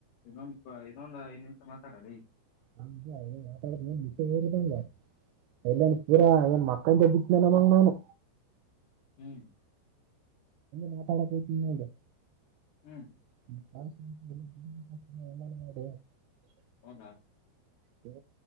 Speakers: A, on the left; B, on the right.
A: ಇನ್ನೊಂದು ಇದೊಂದ್ ಐದ್ ನಿಮಿಷ ಮಾತಾಡ ಲೇ.
B: <inaudible> ಇಲ್ಲನ್ ಪೂರಾ ಏನ್ ಮಕ್ಕಂದೇ ಮಂಗ್ ನಾನು.
A: ಹ್ಮ್
B: ಮಾತಾಡಕತಿ ನೋಡು.
A: ಹ್ಮ್
B: <unintelligible>
A: ಹೌದಾ.
B: ತಾ